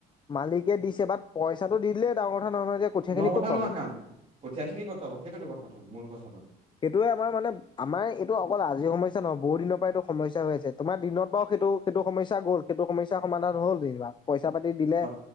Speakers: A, on the left (about 30°); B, on the right (about 40°).
A: মালিকে দিছে বাট পইচাটো দি দিলে ডাঙৰ কথা নহয় কঠীয়াখিনি
B: ডাঙৰ কথা
A: ক'ত
B: নহয়
A: পাব
B: কাণ, কঠীয়া খিনি কত পাব সেইটোতো কথাটো মূল কথাটো।
A: সেইটয়ে আমাৰ মানে আমাৰ এইটো অকল আজিৰ সমস্যা নহয় বহু দিনৰ পৰাই এইটো সমস্যা হৈ আছে তোমাৰ দিনত বাৰু সেইটো সেইটো সমস্যা গ'ল সেইটো সমস্যা সমাধান হ'ল যেনিবা। পইচা পাতি দিলে
B: হয়